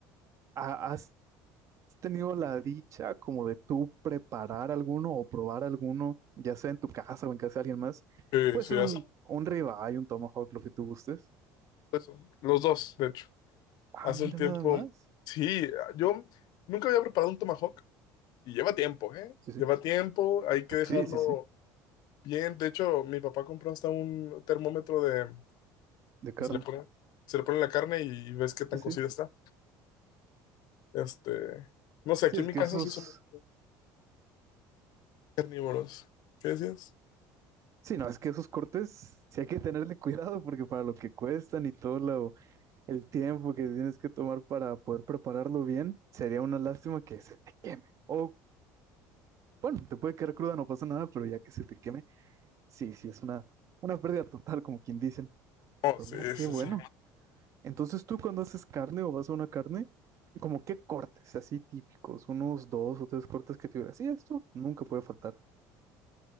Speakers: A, on the right; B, on the left.
A: ¿ha- ¿Has tenido la dicha como de tú preparar alguno o probar alguno, ya sea en tu casa o en casa de alguien más?
B: Sí,
A: Puede
B: sí,
A: ser
B: hace
A: un, un ribeye, un tomahawk, lo que tú gustes.
B: eso. Los dos, de hecho.
A: Ah,
B: Hace
A: mira,
B: un tiempo,
A: nada más.
B: sí, yo nunca había preparado un tomahawk. Y lleva tiempo, ¿eh?
A: Sí, sí.
B: Lleva tiempo, hay que dejarlo
A: Sí, sí, sí.
B: bien. De hecho, mi papá compró hasta un termómetro de
A: De carne.
B: que se le pone, se le pone en la carne y ves qué tan
A: Sí, sí.
B: cocida está. Este, no sé,
A: Sí,
B: aquí
A: es
B: en mi
A: que
B: casa
A: esos.
B: sí somos carnívoros. ¿Qué decías?
A: Sí, no, es que esos cortes sí hay que tenerle cuidado porque para lo que cuestan y todo lo, El tiempo que tienes que tomar para poder prepararlo bien, sería una lástima que se te queme. O bueno, te puede quedar cruda, no pasa nada, pero ya que se te queme, sí, sí, es una, una pérdida total, como quien dicen.
B: No,
A: Pero
B: sí,
A: mira, qué
B: sí,
A: bueno.
B: sí.
A: Entonces tú cuando haces carne o vas a una carne, como qué cortes así típicos, unos dos o tres cortes que tuvieras. Sí, esto nunca puede faltar.